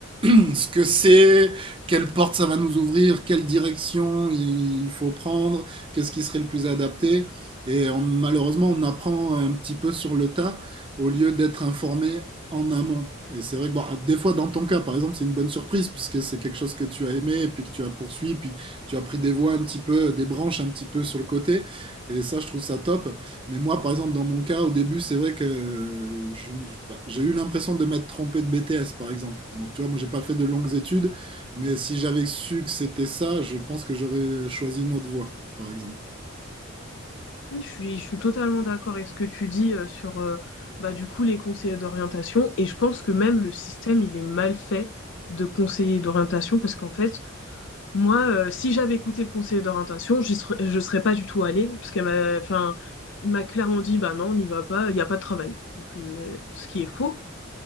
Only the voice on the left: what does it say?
Oui, je suis, je suis totalement d'accord avec ce que tu dis euh, sur euh, bah, du coup les conseillers d'orientation et je pense que même le système il est mal fait de conseiller d'orientation parce qu'en fait moi euh, si j'avais écouté le conseiller d'orientation j'y serais- je serais pas du tout allée parce qu'elle m'a enfin il m'a clairement dit bah non on n'y va pas il n'y a pas de travail donc euh, ce qui est faux